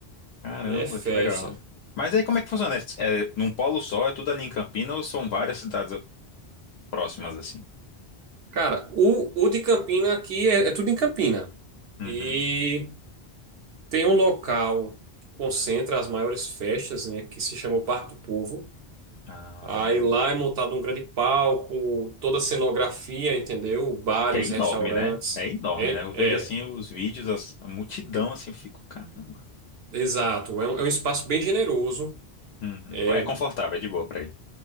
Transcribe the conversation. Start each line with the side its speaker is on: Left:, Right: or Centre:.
Left: Caramba,
Right: É festa.
Left: que legal. Mas aí como é que funciona? É, é num polo só, é tudo ali em Campinas ou são várias cidades próximas assim?
Right: Cara, o, o de Campina aqui é, é tudo em Campina.
Left: Uhum.
Right: E tem um local que concentra as maiores festas, né, que se chama o Parque do Povo.
Left: Ah,
Right: Aí lá é montado um grande palco, toda a cenografia, entendeu? Bares,
Left: que é enorme,
Right: restaurantes.
Left: né? É enorme,
Right: É,
Left: né? Eu vejo assim
Right: é,
Left: os vídeos, as- a multidão assim, eu fico, caramba.
Right: exato. É um, é um espaço bem generoso.
Left: Uhum.
Right: É
Left: É confortável, é de boa pra ir.